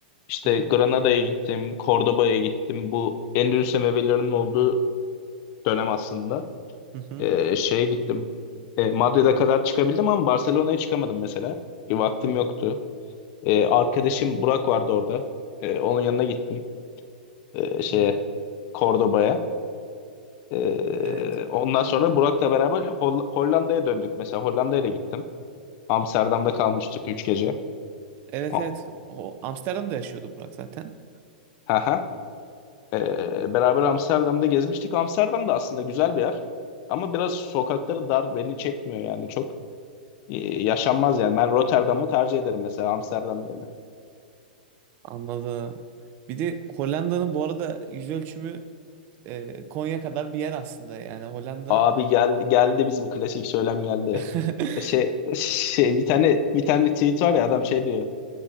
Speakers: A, on the left (about 45°); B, on the right (about 40°).
A: İşte
B: Hı hı,
A: Granada'ya gittim, Cordoba'ya gittim. Bu Endülüs emevilerinin olduğu dönem aslında.
B: hı hı,
A: E, şeye gittim. E, Madrid'e kadar çıkabildim ama Barcelona'ya çıkamadım mesela. E, vaktim
B: hı hı,
A: yoktu. E, arkadaşım Burak vardı orada. E, onun yanına gittim. E, şeye
B: hı.
A: Cordoba'ya. Ee,
B: Evet.
A: ondan sonra Burak'la beraber Hol- Hollanda'ya döndük. Mesela Hollanda'ya da gittim. Amsterdam'da kalmıştık 3 gece.
B: Evet
A: A-
B: evet. O Amsterdam'da yaşıyordu Burak zaten.
A: Hı hı. Ee, beraber Amsterdam'da gezmiştik. Amsterdam da aslında güzel bir yer. Ama biraz sokakları dar beni çekmiyor yani çok e, yaşanmaz yani. Ben Rotterdam'ı tercih ederim mesela Amsterdam yerine.
B: Anladım. Bir de Hollanda'nın bu arada yüz ölçümü e, Konya kadar bir yer aslında yani Hollanda.
A: Abi gel, geldi bizim klasik söylem geldi.
B: <laughs>
A: E, Şey, şey bir tane bir tane tweet var ya adam şey diyor.